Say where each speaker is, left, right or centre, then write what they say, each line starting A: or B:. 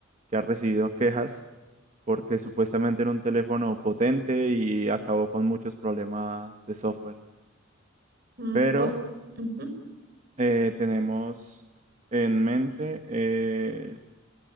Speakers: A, on the right (about 35°); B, on the right (about 50°).
A: que ha recibido quejas porque supuestamente era un teléfono potente y acabó con muchos problemas de software.
B: Mm,
A: Pero
B: o- ujú.
A: eh, tenemos en mente eh,